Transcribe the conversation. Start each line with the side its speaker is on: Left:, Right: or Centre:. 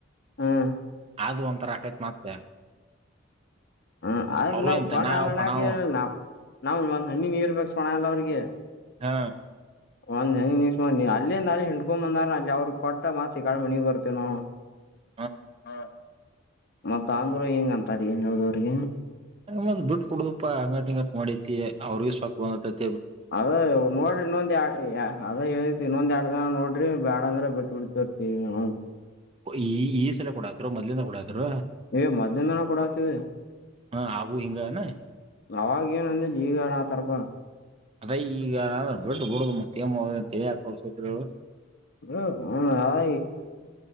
Left: ಹ್ಮ್
Right: ಆದದು ಒಂತರ ಆಕೈತ್ ಮತ್ತೆ
Left: ಹ್ಮ ಅದ
Right: ಅವರು
Left: ನಾವ್
Right: ಏನ್
Left: ಕೊನಾ
Right: ದನ
Left: ಹರಣಕ
Right: ಪಣಾವ್
Left: ನಾವ ನಾವ್ ಒಂದ್ ಹಣ್ಣಿ ನೀರ್ ಬೇಕಕ್ ಸೋಣ ಎಲ್ಲ ಅವ್ರಿಗೆ
Right: ಹಾ
Left: ಒಂದ್ ನನ್ ನಿಸ್ನೀ ಅಲ್ಲಿಂದ ಅಲ್ಲಿ ಹಿಂಡ್ಕೊ ಬಂದಾರ ಅಲ್ಲಿ ಅವ್ರಗ್ ಕೊಟ್ಟ ಮಾತ್ ಕಳ ಮನಿಗ್ ಬರ್ತೇನೋ
Right: <inaudible>
Left: ಹ ಮತ್ತ ಆಂಧ್ರ ಹೆಗ ಅಂತಾರ ಏನ್ ಹೇಳ್ದವ್ರಿಗೆ
Right: ನಂದ್ ಬಿಟ್ಟ ಕು ಕೊಡುದಪ್ಪಾ ಅಂಗಡಿ ಹಿಂಗಟ್ಟ ಮಾಡಿತಿ ಅವ್ರಗ ಸಾಕ್ ಬಂದ್ತಿ
Left: ಅದ ನೋಡ್ರಿ ಇನ್ನೊಂದ್ ಎ ಅದ ಹೇಳು ಇನ್ನೊಂದ್ ಎರಡ್ ದಿನ ನೋಡ್ರಿ ಬ್ಯಾಡ ಅಂದ್ರ ಬಿಟ್ಟ ಹ ಹ
Right: ಈ ಈ ಸಲ ಕೊಡತ್ರು ಮೊದ್ಲಿಂದ ಕೊಡಾದರು
Left: ಏ ಮಧ್ಯಾಹ್ನನ ಕೂಡ ಆತವಿ
Right: ಹಾ ಆಗು ಹಿಂಗನೆ
Left: ಅವಾವಾಗ ಏನ ಅಂದ್ರೆ ಲೀಗಡ ಆ ತರ್ಪ
Right: ಅದೇ ಈಗ ಬಿಟ್ಟು ಬಿಡುದು ಮತ್ತಮ ತಿಳಿ ಹಾಕಳ ಸೂತ್ರಗಳು
Left: ಹ ಹ ಅ